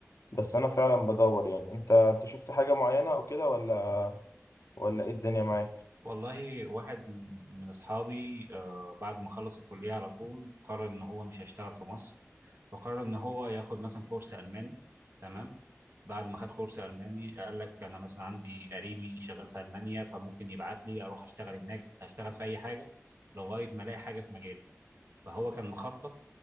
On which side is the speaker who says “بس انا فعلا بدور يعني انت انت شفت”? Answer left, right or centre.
Left